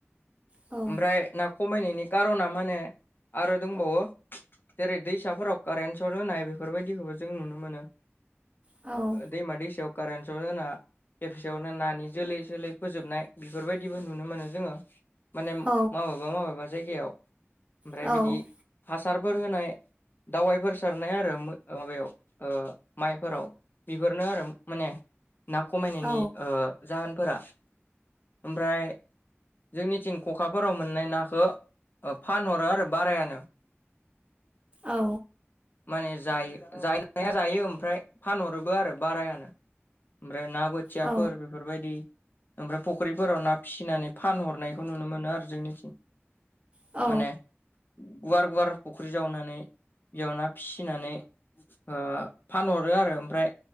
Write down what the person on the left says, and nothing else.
ओमफ्राय ना खमायनायनि खार'ना माने आरो दंबावो। जेरै दैसाफोराव कारेन्ट सट होनाय बेफोरबायदिखौबो जों नुनो मोनो।
ओ दैमा दैसायाव कारेन्ट सट होना बेफिसेयावनो नानि जोलै जोलै फोजोबनाय बेफोरबायदिबो नुनो मोनो जोङो माने माबेबा
माबेबा जायगायाव ओमफ्राय
बिदि हासारफोर होनाय। दावाइफोर सारनाय आरो ओ माबायाव ओ माइफोराव बेफोरनो आरो माने ना खमायनायनि
ओ जाहोनफोरा। ओमफ्राय जोंनिथिं खखाफोराव मोननाय नाखौ फानहरो आरो बारायानो‌।
माने जायो जा जायो ओमफ्राय फानहरोबो आरो बारायानो। ओमफ्राय ना बोथियाफोर
बेफोरबायदि ओमफ्राय फुख्रिफोराव ना फिसिनानै फानहरनायखौ नुनो मोनो आरो जोंनिखै
माने गुवार गुवार फुख्रि जावनानै। बेयाव ना फिसिनानै ओ फानहरो आरो ओमफ्राय।